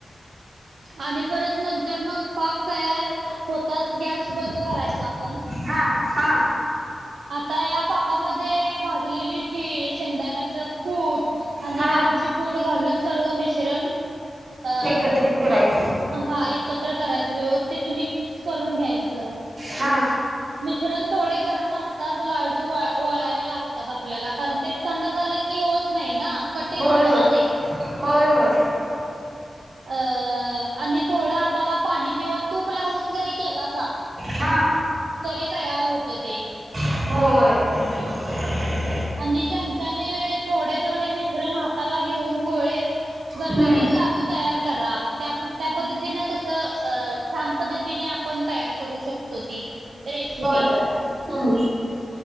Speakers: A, on the right (about 85°); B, on the right (about 70°).
A: आणि परत नंतर मग पाक तयार होताच गॅस बंद करायचा आपण.
B: हा हा
A: आता या पाकामध्ये भाजलेली तीळ शेंगदाण्याच कूट आणि
B: हा
A: वेलची पूड घालून सर्व मिश्रण अ
B: एकत्रित करायचं
A: हा एकत्र करायचं व्यवस्थित मिक्स करून घ्यायचं
B: हा
A: मि्रण थोडे गरम असतात लाडू वयला लागतात आपल्याला कारण ते थंड झा क होत नाही ना कठीण
B: होय
A: होतं
B: होय
A: ना ते.
B: होय होय
A: अ आणि थोडं आताला पाणी किंवा तूप लावून जरी केलासा
B: हा
A: तरी तयार होत ते
B: होय
A: आणि चमचाने थोडे थोडे मिश्रण हाताला घेऊन गोळे घरगरीत
B: हम्म
A: लाडू तयार करा त्या पद्धतीने कस छान पद्धतीने आपण तयार करू शकतो ती रेसिपी
B: होय का हम्म